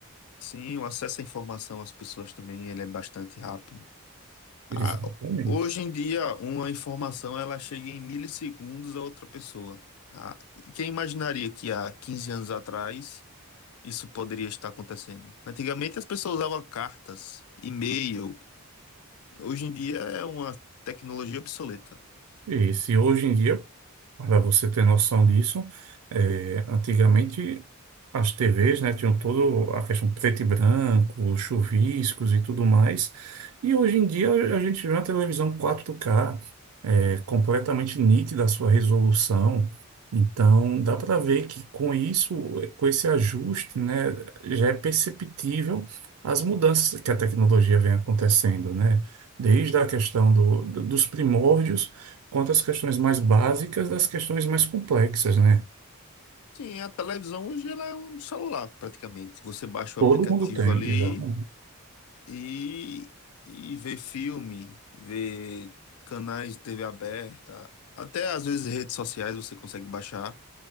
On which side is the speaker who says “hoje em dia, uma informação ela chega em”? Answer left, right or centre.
Left